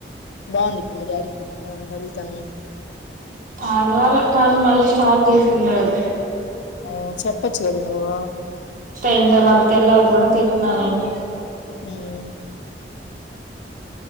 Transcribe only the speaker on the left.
బాగుందిప్పుడు మీ డాడీకి ఆ హెల్త్ అన్నీ
ఉ చెప్పొచ్చు గదా నువ్వు
ఉమ్